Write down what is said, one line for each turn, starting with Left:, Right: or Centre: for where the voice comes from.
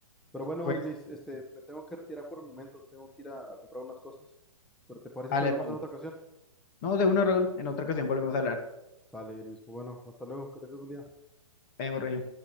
Centre: Pero bueno,
Left: Pues,
Centre: Elvis, este, me tengo que retirar por el momento. Tengo que ir a, a comprar unas cosas. Pero ¿te parece
Left: dale,
Centre: si hablamos
Left: Raúl.
Centre: en otra ocasión?
Left: No, de uno, Raúl. En otra ocasión volvemos a hablar.
Centre: Sale, Elvis. Pues Bueno, hasta luego. Que tengas buen día.
Left: Vemos, Rey.